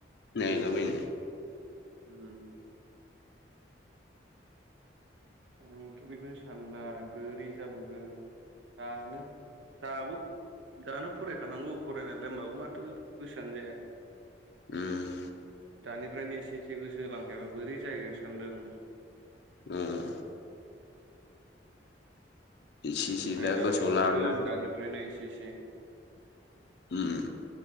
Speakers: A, on the left; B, on the right.
A: नायलाबायनो।
B: उम। आंबोथ' बेखौनो सानबाय बोरै जाबावगोन दानो दाबो दानो फरायखानांगौ फरायनायालाय होमबाबो माथो गोसोआनो जाया।
A: उम।
B: दानिफ्रायनो एसे एसे गोसो होलांखायाबा बोरै जाहैगोन सानदों आङो।
A: उम। एसे एसे
B: नायलानांसिगोन
A: दा गोसोआव लाबोनो
B: दानिफ्रायनो एसे एसे।
A: उम।